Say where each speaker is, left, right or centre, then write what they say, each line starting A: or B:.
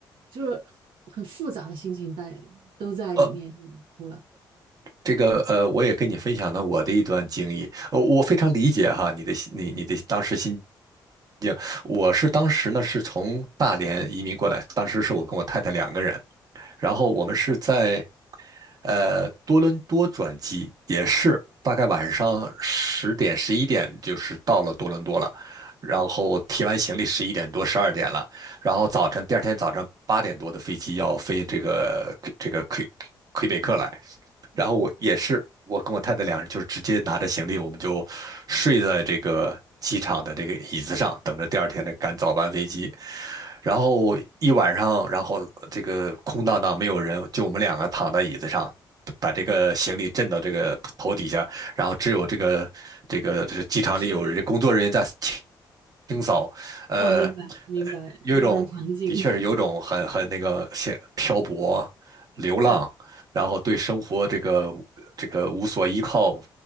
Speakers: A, on the right; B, on the right.
A: 就是很复杂的心情在都在里面，
B: 呃，
A: 就是哭了，
B: 这个呃，我也跟你分享了我的一段经历，呃，我非常理解哈你的心你你的当时心
A: 嗯
B: 境，我是当时呢是从大连移民过来，当时是我跟我太太两个人。然后我们是在呃多伦多转机，也是大概晚上十点十一点就是到了多伦多了，然后提完行李十一点多十二点了，
A: 嗯
B: 然后早晨第二天早上八点多的飞机要飞这个这个魁魁北克来，
A: 嗯
B: 然后我也是，我跟我太太两人就是直接拿着行李，我们就睡在这个机场的这个椅子上，等着第二天的赶早班飞机。
A: 嗯
B: 然后一晚上，然后这个空荡荡没有人，就我们两个躺在椅子上，把这个行李震到这个头底下，
A: 嗯，
B: 然后只有这个这个这个机场里有人，
A: 是的，
B: 工作人员在清清扫，呃，
A: 哦，明白明白那种场景，
B: 呃有一种的确是有一种很很那个像漂泊流浪。
A: <laughs> 对，
B: 然后对生活这个这个无所依靠，